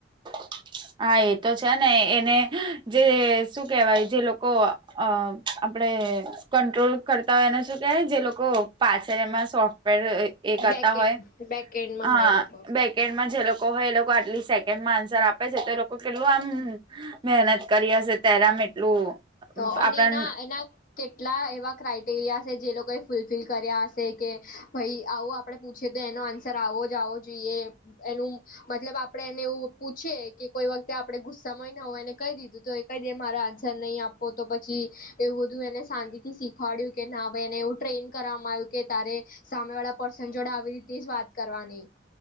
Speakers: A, on the right; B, on the left.
A: <unintelligible> હા એ તો છે ને એને જે શું કેહેવાય જે લોકો અહ આપડે કંટ્રોલ કરતા હોય એને શું કેહેવાય જે લોકો પાછળ એમાં સોફ્ટવેર એ એ કરતા
B: બેકેન્ડ
A: હોય
B: બેકેન્ડમાં
A: હા
B: હોય એ લોકો
A: બેકેડમાં જે લોકો હોય એ લોકો આટલી સે કેન્ડ માં આન્સર આપે છે તો એ લોકો કેટલું આમ મહેનત કરી હશે તેરામ એટલું
B: તો અને
A: આપણ
B: એના એના કેટલા એવા ક્રાઈટેરિયા છે જે લોકોએ ફૂલફિલ કર્યા હશે કે ભાઈ આવું આપ આપડણે પૂછીએ તો એનો આન્સર આવો જ આવો જોઈએ એનું મતલબ આપડે એને એવું પૂછીએ કે કોઈ વખતે આપડણે ગુસ્સામાંય ના હોય એને કહી દીધું તો કઈ દે મારા આન્સર નહીં આપ કો તો પછી એવું બધું એને શાંતિ થી શીખવાડ્યું કે ના ભાઈ એને એવું ટ્રેન કરવામાં આવ્યું કે તારે સામે વાળા પર્સન જોડે આવી રીતે જ વાત કરવાની.